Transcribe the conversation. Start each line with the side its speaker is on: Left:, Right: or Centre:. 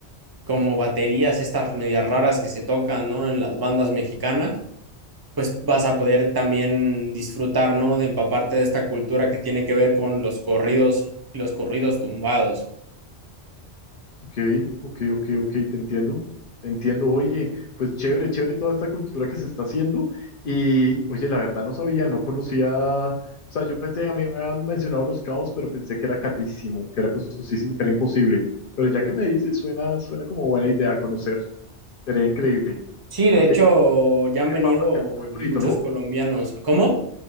Right: como baterías estas medias raras que se tocan, ¿no? En las bandas mexicanas, pues vas a poder también disfrutar, ¿no? De empaparte de esta cultura que tiene que ver con los corridos y los corridos tumbados.
Left: Ok, ok, ok, ok, te entiendo. Te entiendo. Oye, pues chévere, chévere toda esta cultura que se está haciendo. Y oye, la verdad no sabía, no conocía. O sea, yo pensé, a mí me habían mencionado los cabos, pero pensé que era carísimo, que era costosísimo, que era imposible. Pero ya que me dices, suena, suena como buena idea conocer. Sería increíble.
Right: Sí, de
Left: Porque
Right: hecho, ya
Left: tiene
Right: han venido
Left: fama que es
Right: muchos
Left: muy bonito, ¿no?
Right: colombianos. ¿Cómo?